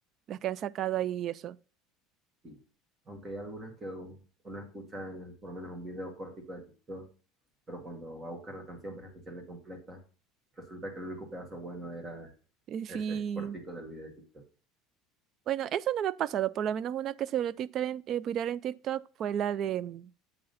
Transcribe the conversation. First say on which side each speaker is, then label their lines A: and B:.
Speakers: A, on the right (about 50°); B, on the right (about 25°).
A: Las que han sacado ahí eso.
B: Sí. Aunque hay algunas que u- uno escucha en por lo menos un video cortico de TikTok pero cuando va a buscar la canción para escucharla completa, resulta que el único pedazo bueno era
A: <laughs> Eh, Sí.
B: ese cortico del video de TikTok.
A: Bueno, eso no me ha pasado. Por lo menos una que se volvió tit- en- eh, viral en TikTok fue la de... mm,